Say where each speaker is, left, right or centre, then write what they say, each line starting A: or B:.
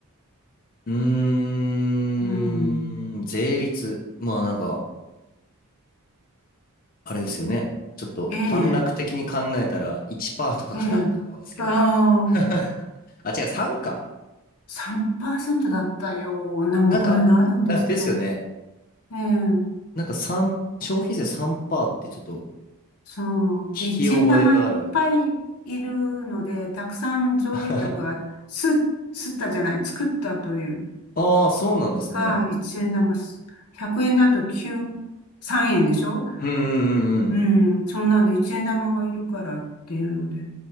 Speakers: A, on the left; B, on the left.
A: うーん、
B: うん。
A: 税率。まあなんか、あれですよね。ちょっと短絡的に考えたら1%
B: ええ、
A: とかかなって思うんですけど。
B: ええ。ああ、
A: <laughs> あ、違う、3か。
B: 3%だったような覚えがあるんですけど、
A: なんか、あですよね。
B: ええ、
A: なんか三消費税3%ってちょっと
B: そう。
A: 聞き覚えがある。
B: で、一円玉いっぱいいるので、たくさん造幣局がす、
A: <laughs>
B: すったじゃない、作ったという。
A: ああ、そうなんですね。
B: はい、一円玉す。100円だと9、3円でしょ
A: うんうんうんうん。
B: うん、そんなんで一円玉がいるからっていうので。